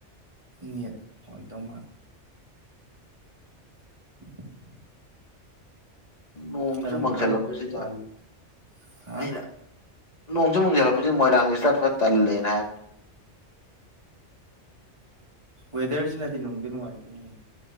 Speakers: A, on the right; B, on the left.
A: ꯃꯤ ꯍꯣꯏ ꯇꯣ ꯃꯥꯜ <inaudible>
B: ꯅꯣꯡꯁꯨ
A: ꯀꯔꯝ
B: ꯃꯪꯁꯤꯜꯂꯛꯄꯁꯤꯗ
A: ꯀꯔꯝ ꯄꯥꯜꯂꯤ ꯍꯥ
B: ꯑꯩꯅ ꯅꯣꯡꯁꯨ ꯃꯨꯁꯤꯜꯂꯛꯄꯁꯤꯗ ꯃꯣꯏꯔꯥꯡꯁꯤ ꯆꯠꯄ ꯇꯜꯂꯦꯅ ꯍꯥꯏꯕꯅꯤ
A: ꯋꯦꯗꯔꯁꯤꯅꯗꯤ ꯅꯨꯡꯗꯤ ꯅꯨꯡꯉꯥꯏꯇꯦꯅꯦ